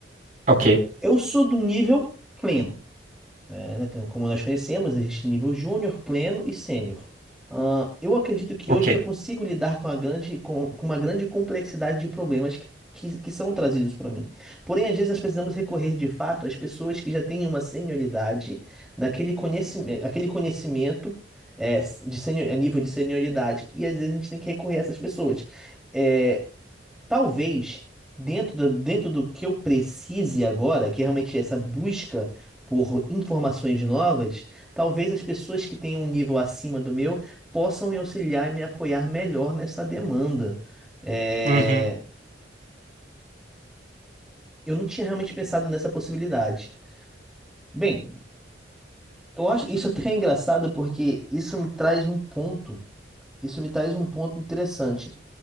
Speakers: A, on the right; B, in the centre.
A: Ok,
B: Eu sou do nível pleno. É, né, como nós conhecemos, existe nível júnior, pleno e sênior. Ah, eu acredito que
A: ok.
B: hoje eu já consigo lidar com a grande, com, com uma grande complexidade de problemas que, que, que são trazidos para mim. Porém, às vezes nós precisamos recorrer de fato às pessoas que já têm uma senioridade naquele conhecimento, aquele conhecimento é, de senior, a nível de senioridade. E às vezes a gente tem que recorrer a essas pessoas. É, Talvez, dentro do, dentro do que eu precise agora, que é realmente essa busca por informações novas, talvez as pessoas que tenham um nível acima do meu possam me auxiliar e me apoiar melhor nessa demanda. É,
A: Uhum,
B: Eu não tinha realmente pensado nessa possibilidade. Bem, eu acho isso até <laughs> é engraçado porque isso me traz um ponto. Isso me traz um ponto interessante.